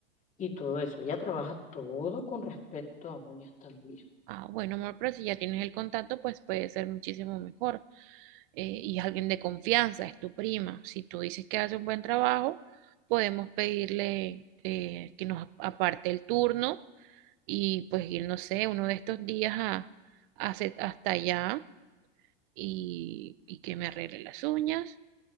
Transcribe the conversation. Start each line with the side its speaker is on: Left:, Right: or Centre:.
Left: y todo eso. Ella trabaja todo con respecto a uñas también.
Right: Ah, bueno, amor, pero si ya tienes el contacto, pues puede ser muchísimo mejor. Eh, y es alguien de confianza, es tu prima. Si tú dices que hace un buen trabajo, podemos pedirle eh, que nos aparte el turno y pues ir, no sé, uno de estos días a, a hacer- hasta allá y, y que me arregle las uñas,